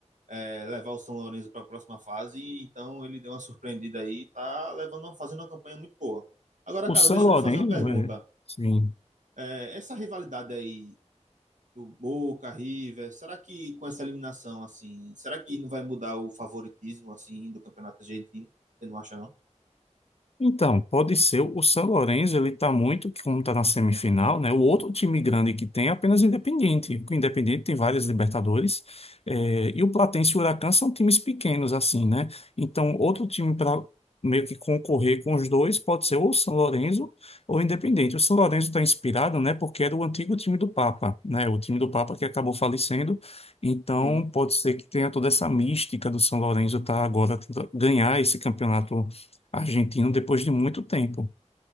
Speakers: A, on the right; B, on the left.
A: é, levar o São Lourenço para a próxima fase, então ele deu uma surpreendida aí, tá levando, uma- fazendo uma campanha muito boa. Agora,
B: O
A: cara,
B: São
A: deixa
B: Lourenço,
A: eu lhe fazer uma pergunta.
B: é, sim.
A: É, essa rivalidade aí do Boca, River, será que com essa eliminação, assim, será que não vai mudar o favoritismo, assim, do campeonato argentino? Você não acha, não?
B: Então, pode ser. O São Lourenço, ele está muito, como está na semifinal, né? O outro time grande que tem é apenas o Independiente. O Independiente tem várias Libertadores. eh, e o Platense e o Huracan são times pequenos, assim, né? Então, outro time para meio que concorrer com os dois pode ser ou o São Lourenço ou o Independiente. O São Lourenço está inspirado, né? Porque era o antigo time do Papa, né? O time do Papa que acabou falecendo. Então,
A: sim
B: pode ser que tenha toda essa mística do São Lourenço tá agora tentando ganhar esse campeonato argentino depois de muito tempo.